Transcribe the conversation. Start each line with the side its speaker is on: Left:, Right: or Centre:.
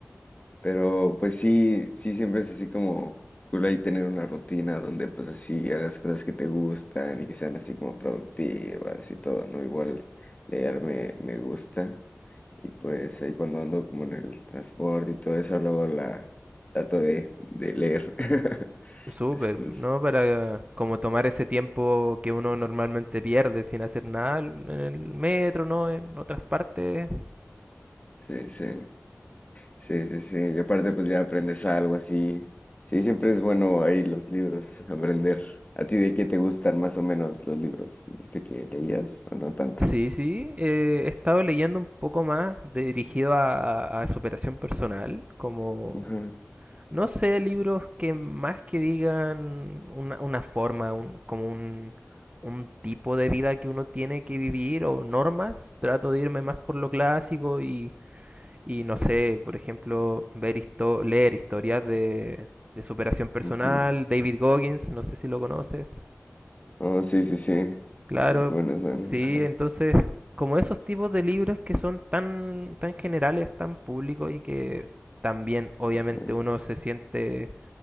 Left: Pero pues sí, sí, siempre es así como cool ahí tener una rutina donde pues así hagas cosas que te gustan y que sean así como productivas y todo, ¿no? Igual leer me, me gusta. Y pues ahí cuando ando como en el transporte y todo eso, luego la trato de, de leer. <laughs>
Right: Súper,
Left: Es cool.
Right: ¿no? Para como tomar ese tiempo que uno normalmente pierde sin hacer nada en el metro, ¿no? En otras partes,
Left: Sí, sí. Sí, sí, sí. Y aparte pues ya aprendes algo así. Sí, siempre es bueno ahí los libros, aprender. ¿A ti de qué te gustan más o menos los libros? ¿Viste que leías o no tanto?
Right: Sí, sí, eh, he estado leyendo un poco más de- dirigido a, a- a superación personal, como,
Left: Ajá,
Right: no sé, libros que más que digan una, una forma, un- como un, un tipo de vida que uno tiene que vivir o normas, trato de irme más por lo clásico y, y no sé, por ejemplo, ver histo- leer historias de, de superación personal,
Left: ujú.
Right: David Goggins, no sé si lo conoces.
Left: Oh, sí, sí, sí.
Right: Claro,
Left: Sí, es bueno, es bueno.
Right: sí,
Left: Ajá,
Right: entonces, como esos tipos de libros que son tan, tan generales, tan públicos y que también obviamente
Left: ajá.
Right: uno se siente,